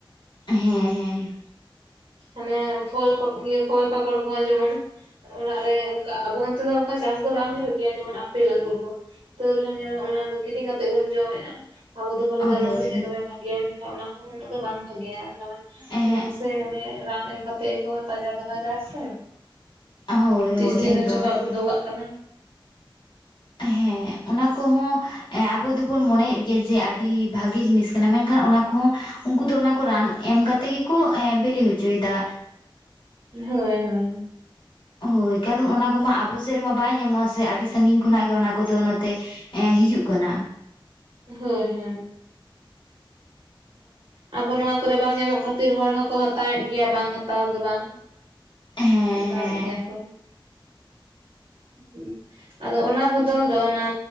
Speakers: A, on the left; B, on the right.
A: ᱦᱮᱸ ᱦᱮᱸ᱾
B: ᱢᱟᱱᱮ ᱯᱷᱚᱞ ᱯᱟ ᱤᱭᱟᱹ ᱯᱷᱚᱞ ᱯᱟᱠᱚᱲ ᱠᱚᱦᱚᱸ ᱡᱮᱢᱚᱱᱼᱼ ᱚᱲᱟᱜ ᱨᱮ ᱚᱱᱠᱟ ᱟᱵᱚ ᱚᱱᱛᱮ ᱫᱚ ᱚᱱᱠᱟ ᱪᱟᱥ ᱫᱚ ᱵᱟᱝ ᱦᱩᱭᱩᱜ ᱜᱮᱭᱟ ᱡᱮᱢᱚᱱ ᱟᱯᱮᱞ ᱟᱹᱝᱜᱩᱨ ᱠᱚ᱾ ᱛᱟᱹᱣ ᱨᱮᱦᱚᱸ ᱧᱮᱞ ᱚᱱᱟ ᱫᱚ ᱠᱤᱨᱤᱧ ᱠᱟᱛᱮ ᱵᱚᱱ ᱡᱚᱢᱮᱜ-ᱟ᱾ ᱟᱵᱚ ᱫᱚᱵᱚᱱ ᱞᱟᱹᱭ ᱫᱟ ᱚᱱᱟ
A: ᱦᱳᱭ
B: ᱦᱚᱸ ᱡᱟᱱᱮᱡ ᱫᱚᱢᱮ ᱵᱷᱟᱜᱮ ᱭᱟ ᱢᱮᱱ ᱠᱷᱟᱱ ᱚᱱᱟ ᱦᱚᱸ ᱩᱱᱟᱹᱜ ᱫᱚ ᱵᱟᱝ ᱵᱷᱟᱜᱮ ᱭᱟ ᱠᱟᱨᱚᱱ
A: ᱮᱦᱮᱸᱜ
B: ᱚᱱᱟ ᱦᱚᱸ ᱥᱮ ᱚᱱᱮ ᱼᱼ ᱨᱟᱱ ᱮᱢ ᱠᱟᱛᱮᱜ ᱜᱮ ᱠᱚ ᱛᱟᱡᱟ ᱫᱚ ᱵᱟᱭ ᱛᱟᱦᱮᱱᱟ ᱥᱮ᱾
A: ᱦᱳᱭ
B: <inaudible> ᱛᱤᱥ
A: ᱦᱳᱭ
B: ᱫᱤᱱ
A: ᱮᱠᱫᱚᱢ
B: ᱨᱮᱪᱚ ᱟᱜᱩ ᱫᱚᱦᱚ ᱠᱟᱜ ᱠᱟᱱᱟ᱾
A: ᱦᱮᱸ ᱚᱱᱟ ᱠᱚᱦᱚᱸᱼᱼ ᱮᱸ ᱟᱵᱩ ᱫᱚᱵᱚᱱ ᱢᱚᱱᱮᱭᱮᱫ ᱜᱮᱭᱟ ᱡᱮ ᱟᱰᱤ ᱵᱷᱟᱜᱤ ᱡᱤᱱᱤᱥ ᱠᱟᱱᱟ ᱢᱮᱱᱠᱷᱟᱱ ᱚᱱᱟ ᱠᱩᱦᱚᱸ ᱩᱱᱠᱩ ᱫᱚ ᱚᱱᱟ ᱠᱚ ᱨᱟᱱ ᱮᱢ ᱠᱟᱛᱼᱼ ᱛᱮ ᱜᱮᱠᱚ ᱮᱸ ᱵᱮᱞᱤ ᱦᱚᱪᱩᱭ ᱫᱟ᱾
B: ᱦᱚᱭ ᱦᱚᱭ᱾
A: ᱦᱳᱭ ᱠᱟᱨᱚᱱ ᱚᱱᱟ ᱠᱚᱢᱟ ᱟᱵᱚ ᱥᱮᱜ ᱨᱮᱢᱟ ᱵᱟᱭ ᱧᱟᱢᱚᱜ-ᱟ ᱥᱮ ᱟᱰᱤ ᱥᱟᱸᱜᱤᱧ ᱠᱷᱚᱱᱟᱜ ᱜᱮ ᱚᱱᱟ ᱠᱚᱫᱚ ᱱᱚᱛᱮᱼᱼ ᱮᱸ ᱦᱤᱡᱩᱜ ᱠᱟᱱᱟ᱾ ᱟ
B: ᱦᱳᱭ ᱦᱮᱸᱦᱮᱸ ᱟᱵᱚ ᱱᱚᱣᱟ ᱠᱚᱨᱮ ᱵᱟᱝ ᱧᱟᱢᱚᱜ ᱠᱷᱟᱹᱛᱤᱨ ᱦᱚᱲ ᱦᱚᱸᱠᱚ ᱦᱟᱛᱟᱣᱮᱫ ᱜᱮᱭᱟ ᱵᱟᱝ ᱦᱟᱛᱟᱣ ᱫᱚ ᱵᱟᱝ᱾
A: ᱦᱮᱸ
B: ᱦᱟᱛᱟᱣᱮᱜ
A: ᱦᱮᱸ
B: ᱜᱮᱭᱟ ᱠᱚ᱾ ᱦᱩᱸᱜ ᱟᱫᱚ ᱚᱱᱟ ᱵᱚᱫᱚᱞ ᱫᱚ ᱚᱱᱟᱼᱼ